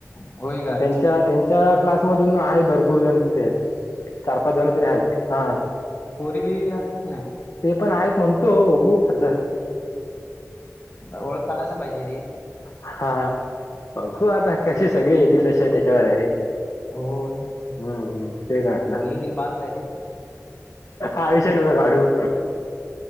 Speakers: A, on the left; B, on the left.
A: होय
B: पण
A: काय
B: त्यांच्या त्यांच्या क्लासमधून आहेत भरपूर जण तरी आहेत चार पाच जण ते आहेत हा
A: बोरी बी आहेत की नाही
B: ते पण आहेत म्हणतो बघू आता
A: ओळख काढायला पाहिजे रे
B: हा बघू आता कसे सगळे येतील तशा त्याच्यावर अरे
A: होय
B: हम्म हम्म तेच म्हटलं
A: बोलली तरी बास आहे रे
B: आयुष न काडू